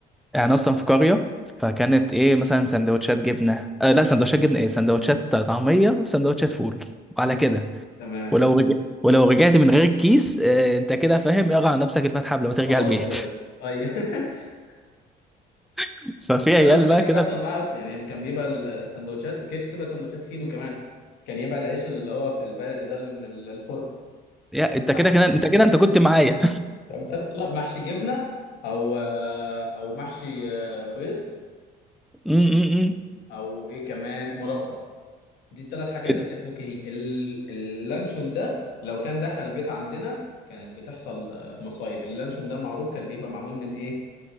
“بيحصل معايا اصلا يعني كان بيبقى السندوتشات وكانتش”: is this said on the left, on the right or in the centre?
Left